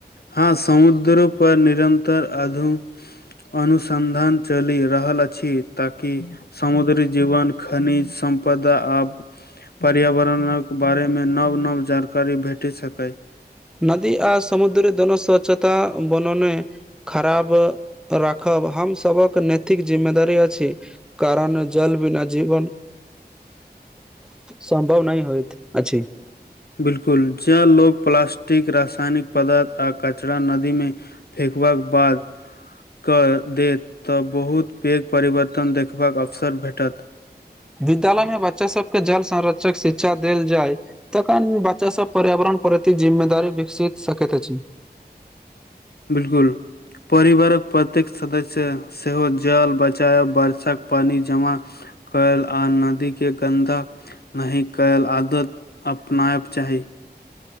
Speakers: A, on the left (about 65°); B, in the centre.
A: हँ समुद्रो पर निरन्तर अधू अनुसन्धान चलि रहल अछि ताकि समुद्री जीवन खनि सम्पदा आब पर्यावरणक बारेमे नव नव जानकारी भेटै सकैय
B: नदी आ समुद्र दोनो स्वच्छता बनने खराब राखब हम सबक नैथिक जिम्मेदारी अछि कारन जल बिना जीवन संम्भव नै होयत अछि
A: बिल्कुल जें लोक प्लास्टि रासायनिक पदार्थ आ कचरा नदी मे फेकबाक बाद कऽ देत तऽ बहुत पैघ परिवर्तन देखबाक अवसर भेटत
B: विद्यालय मे बच्चा सबके जल संरक्षक शिक्षा देल जाय तखन बच्चा सब पर्यावरण प्रति जिम्मेदारी विकसि सकैत अिछ
A: बिल्कुल परिवारक प्रत्येक सदस्य सेहो जल बच बरसक पानि जमा कैल आन नदी के गंन्दा नहि कैएल आदत अपनायब चाही